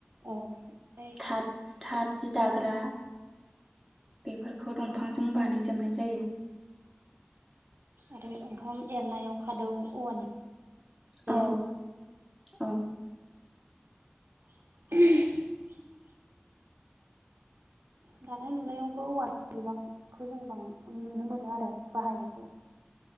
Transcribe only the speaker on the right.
औ ओमफ्राय
आरो ओंखाम एरनायाव खादौ औवानि। होयो
<inaudible> दानाय लुनायावबो औवा बिबांखौ जों बां नुनो मोनो आरो बाहायनायखौ। <inaudible>